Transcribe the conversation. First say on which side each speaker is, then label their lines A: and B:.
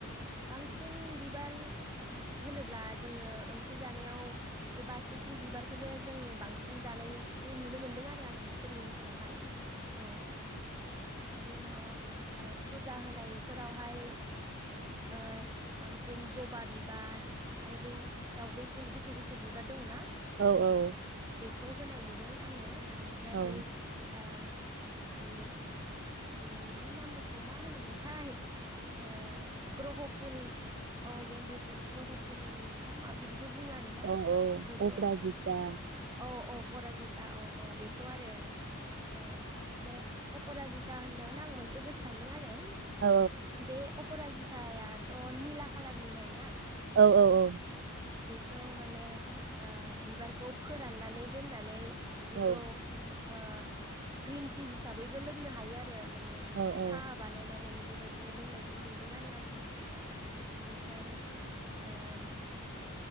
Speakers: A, on the right; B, on the right.
A: बांसिन बिबार हो हो होनोब्ला जोङो ओंख्रि जानायाव बे बासिकि बिबारखौनो जों बांसिन जानायखौ नुनो मोनदों आरो आङो जोंनि ओनसोलावहाय औ इनि उनाव ओ फु जाहोनायफोरावहाय ओ बांसिन जबा बिबार आरो बै दावदै फुल गुफुर गुफुर बिबार दङना
B: औ औ
A: खौ होनाय नुदों आङो आनिफ्राय
B: औ
A: बै आ बे बेनि नामखौ मा होनोमोनथाय? ओ ग्रह फुल औ गेन्दि फुल ग्रह फु फुल ना मा बिदि बो बुङो आरोना
B: औ औ
A: बिखौ
B: अपराजिता
A: औ औ परा जिता अ' औ बिखौ आरो औ बे अपराजि दा होननायावनो आं मोनसे गोसोखांदों आरो।
B: औ
A: बे अपराजि थायाथ' निला खालारनि जायोना?
B: औ औ औ
A: बिखौ माने ओ बिबारखौ फोराननानै दोननानै बिखौ
B: औ
A: ओ ग्रिन टि हिसाबैबो लोंनो हा हायो आर होयो माने
B: औ औ
A: साहा बानायनानै बेबायदि लोंनायखौ नु दों आरो आङो। एनिफ्राय ओम